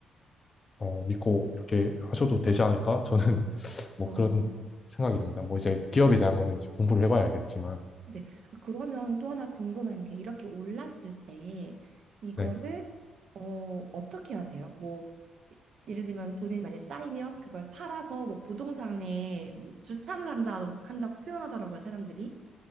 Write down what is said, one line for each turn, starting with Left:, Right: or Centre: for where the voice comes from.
Left: 어, 믿고 이렇게 하셔도 되지 않을까? 저는 <laughs> 뭐
Right: 어,
Left: 그런 생각이 듭니다. 뭐 이제 기업에 대한 거는 이제 공부를 해봐야 알겠지만
Right: 네. 아, 그러면 또 하나 궁금한 게 이렇게 올랐을 때 이거를
Left: 네.
Right: 어, 어떻게 하세요? 뭐 이- 예를 들면 돈이 많이 쌓이면 그걸 팔아서 뭐 부동산에 뭐 주차를 한다 한다고 표현하더라고요, 사람들이.